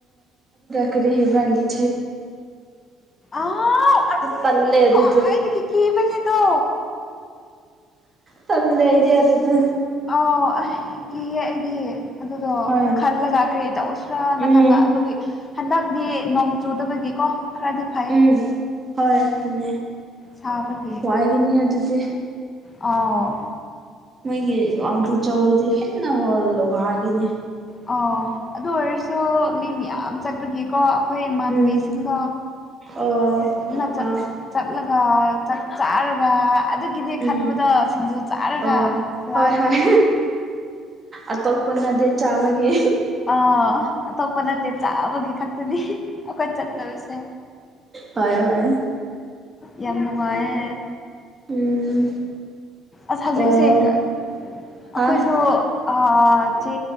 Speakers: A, on the right; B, on the left.
A: ꯦꯕꯂꯤ
B: ꯑꯥꯎ ꯑꯁ
A: ꯄꯂꯦꯗ
B: ꯈ꯭ꯋꯥꯏꯗꯒꯤ ꯀꯤꯕꯅꯦꯗꯣ
A: ꯆꯗ ꯏ ꯍꯥꯏꯗꯗ
B: ꯑꯣ ꯀꯍꯦ ꯑꯩꯗꯤ ꯑꯗꯨꯗꯣ
A: ꯍꯣꯏ
B: ꯈꯜꯂꯒ ꯀꯔꯤ ꯇꯧꯁꯔꯅ
A: ꯎꯝ
B: ꯈꯟꯕꯣ ꯑꯗꯨꯒꯤ ꯍꯟꯗꯛ ꯗꯤ ꯅꯣꯡ ꯆꯨꯗꯕꯒꯤꯀꯣ ꯈꯔꯗꯤ ꯐꯩꯌꯦ
A: ꯎꯝ ꯍꯣꯏ ꯑꯗꯨꯅꯦ
B: ꯁꯥꯕꯒꯤ
A: ꯋꯥꯏꯒꯤꯅꯤ ꯑꯗꯨꯗꯤ
B: ꯑꯥꯎ
A: ꯃꯣꯏꯒꯤꯗꯨ ꯆꯥꯎꯧꯔꯤꯗꯤ ꯍꯦꯟꯅꯒꯥꯈꯤꯅꯤ
B: ꯑꯣ ꯑꯗꯨ ꯑꯣꯏꯔꯁꯨ ꯃꯤ ꯃꯌꯥꯝ ꯆꯠꯄꯒꯤꯀꯣ ꯑꯩꯈꯣꯏ ꯏꯃꯥꯟꯅꯕꯤꯁꯤꯡꯗ
A: ꯎꯝ ꯑꯣ
B: ꯄꯨꯟꯅ
A: ꯑꯥ
B: ꯆꯠꯂꯒ ꯆꯛ ꯆꯥꯔꯒ ꯑꯗꯨꯒꯤꯅꯦ
A: ꯎꯝ
B: ꯈꯟꯕꯗꯣ ꯁꯤꯡꯖꯨ ꯆꯥꯔꯒ
A: ꯑꯣ
B: ꯂꯥꯎꯗ
A: ꯍꯣꯏ ꯍꯣꯏ ꯑꯇꯣꯞꯄꯅꯗꯤ ꯆꯥꯕꯒꯤ
B: ꯑ ꯑꯇꯣꯞꯄ ꯅꯠꯇꯦ ꯆꯥꯕꯒꯤ ꯈꯛꯇꯅꯤ ꯑꯩꯈꯣꯏ ꯆꯠꯅꯕꯤꯁꯦ
A: ꯍꫭꯏ ꯍꫭꯏ
B: ꯌꯥꯝ ꯅꯨꯡꯉꯥꯏ
A: ꯎꯝ
B: ꯑꯁ ꯍꯧꯖꯤꯛꯁꯦ
A: ꯑꯣ
B: ꯑꯩꯈꯣꯏꯁꯨ
A: ꯍꯥ
B: ꯑꯥ ꯁꯤ